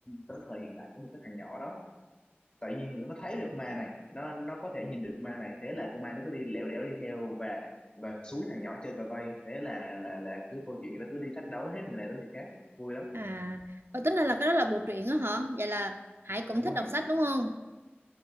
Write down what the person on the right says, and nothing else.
À, ờ, tính ra là cái đó là bộ truyện á hả? Vậy là Hải cũng
thích
đọc sách đúng không?